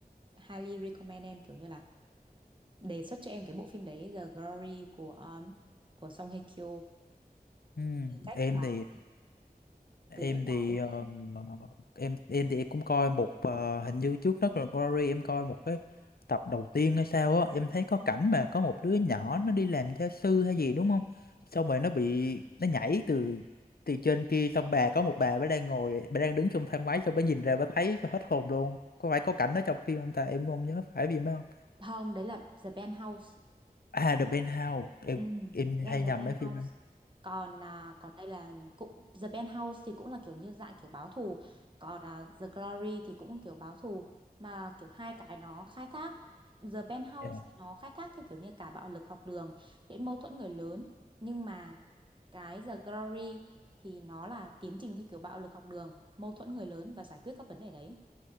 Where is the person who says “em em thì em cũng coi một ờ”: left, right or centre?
Left